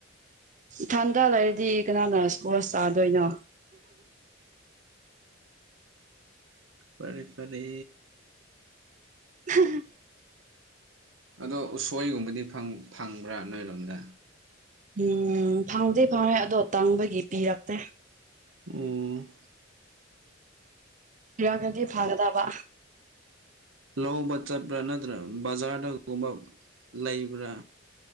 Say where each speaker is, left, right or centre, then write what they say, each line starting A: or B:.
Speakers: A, on the right; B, on the right.
A: ꯊꯟꯗ ꯂꯩꯔꯗꯤ ꯀꯅꯥꯅ ꯁ꯭ꯀꯣꯁ ꯆꯥꯗꯣꯏꯅꯣ
B: ꯐꯔꯦ ꯐꯔꯦ
A: <unintelligible>
B: ꯑꯗꯣ ꯎꯁꯣꯏꯒꯨꯝꯕꯗꯤ ꯐꯪ ꯐꯪꯕ꯭ꯔꯥ ꯅꯣꯏꯔꯣꯝꯗ
A: ꯎꯝ ꯐꯪꯗꯦ ꯐꯪꯉꯦ ꯑꯗꯣ ꯇꯪꯕꯒꯤ ꯄꯤꯔꯛꯇꯦ
B: ꯎꯝ
A: ꯄꯔꯒꯖꯤ ꯐꯥꯒꯗꯕ
B: ꯑꯧꯕ ꯆꯠꯄ꯭ꯔꯥ ꯅꯠꯇ꯭ꯔꯥ ꯕꯖꯥꯔꯗꯒꯨꯝꯕ ꯂꯩꯕ꯭ꯔꯥ